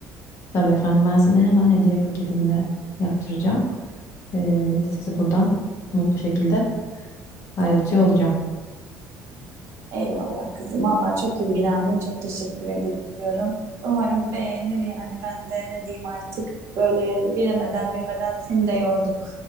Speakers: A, on the left; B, on the right.
A: Tabii efendim ben size hemen hediye paketinde yaptıracağım. Ee, sizi buradan mutlu şekilde ayrılıyor olacağım.
B: Eyvallah kızım. Vallahi çok ilgilendin. Çok teşekkür ediyorum. Umarım beğenir yani. Ben de ne diyeyim artık. Böyle bilemeden bilmeden seni de yorduk.